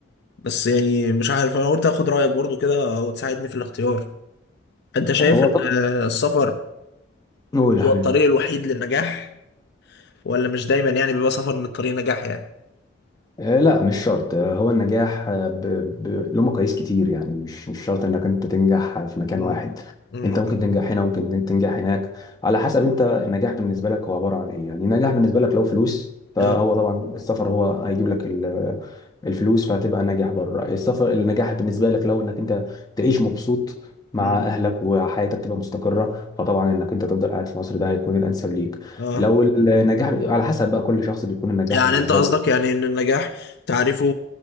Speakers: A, on the left; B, on the left.
A: بس يعني مش عارف انا قلت اخد رايك برضو كده وتساعدني في الاختيار انت شايف
B: هو
A: ان
B: طب
A: السفر
B: قول يا
A: هو
B: حبيبي
A: الطريق الوحيد للنجاح ولا مش دايما يعني بيبقى سفر من الطريق نجاح يعني
B: آه، لا مش شرط آه، هو النجاح آه، ب... ب... له مقاييس كتير يعني مش مش شرط انك انت تنجح آه، في مكان
A: مم.
B: واحد
A: امم
B: انت ممكن تنجح هنا ممكن تنجح هناك على حسب انت النجاح بالنسبه لك هو عباره عن ايه يعني النجاح بالنسبه لك لو فلوس فهو
A: اه
B: طبعا السفر هو هيجيب لك ال- الفلوس فهتبقى ناجح بره السفر النجاح بالنسبه لك لو انك انت تعيش مبسوط مع
A: امم
B: اهلك وحياتك تبقى مستقره فطبعا انك انت تفضل قاعد في مصر ده هيكون الانسب ليك
A: اه
B: لو النجاح على حسب بقى كل شخص بيكون النجاح
A: يعني
B: بالنسبه
A: انت قصدك
B: له
A: يعني ان النجاح تعريفه